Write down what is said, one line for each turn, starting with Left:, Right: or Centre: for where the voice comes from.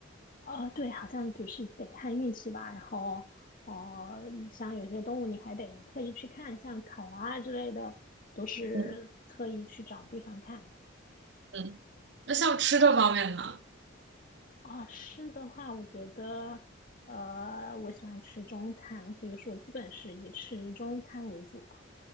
Left: 哦，对，好像就是得看运气吧。然后，哦、像有些动物你还得特意去看，像考拉之类的，都是特意去找地方看。
Right: <laughs> 嗯嗯，那像吃的方面呢？
Left: 哦，吃的话，我觉得，呃，我喜欢吃中餐，所以说基本是以吃中餐为主吧。